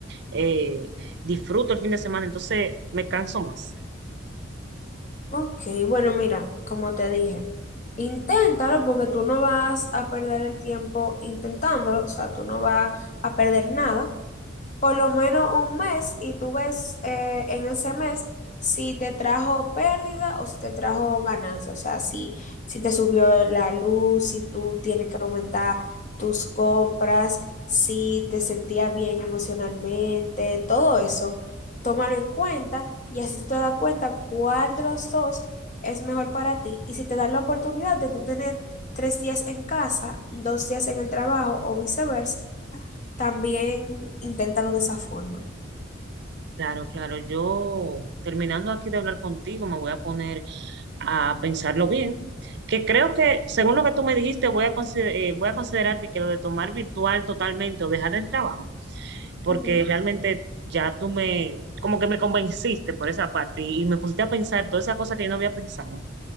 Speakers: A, on the right; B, on the left.
A: eh, disfruto el fin de semana, entonces me canso más.
B: Ok, bueno, mira, como te dije, inténtalo porque tú no vas a perder el tiempo intentándolo, o sea, tú no vas a perder nada. por lo menos un mes y tú ves eh, en ese mes si te trajo pérdida o si te trajo ganancia, o sea, si, si te subió la luz, si tú tienes que aumentar tus compras, si te sentías bien emocionalmente, todo eso, tómalo en cuenta y así tú te das cuenta cuál de los dos es mejor para ti y si te dan la oportunidad de tú tener tres días en casa, dos días en el trabajo o viceversa también inténtalo de esa forma.
A: Claro, claro. Yo, terminando aquí de hablar contigo, me voy a poner a pensarlo bien, que creo que, según lo que tú me dijiste, voy a consider- eh, voy a considerar que, que lo de tomar virtual totalmente o dejar el trabajo, porque
B: Ujú.
A: realmente ya tú me, como que me convenciste por esa parte y, y me pusiste a pensar todas esas cosas que yo no había pensado.